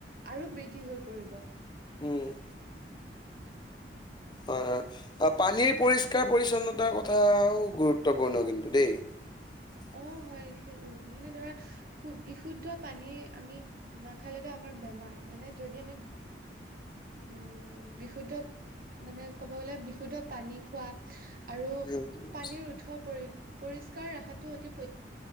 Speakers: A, on the right; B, on the left.
A: আৰু বৃদ্ধি হৈ পৰিব
B: উম হয় হয় পানীৰ পৰিষ্কাৰ পৰিচ্ছন্নতাৰ কথাও গুৰুত্বপূৰ্ণ কিন্তু দেই <inaudible>
A: অ হয় উ মানে ধৰা বিশুদ্ধ পানী আমি নাখালেতো আমাৰ বেমাৰ মানে যদি আমি উম বিশুদ্ধ মানে ক'ব গ'লে বিশুদ্ধ পানী খোৱা আৰু
B: উম।
A: পানীৰ উঠোৱা পৰি পৰিষ্কাৰ ৰাখাটো অতি প্ৰ